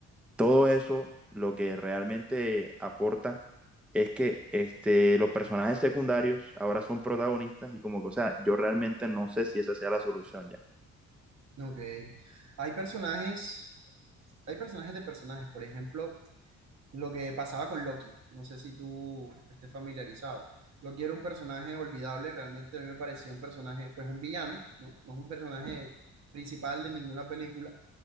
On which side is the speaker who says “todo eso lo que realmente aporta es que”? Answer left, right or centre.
Centre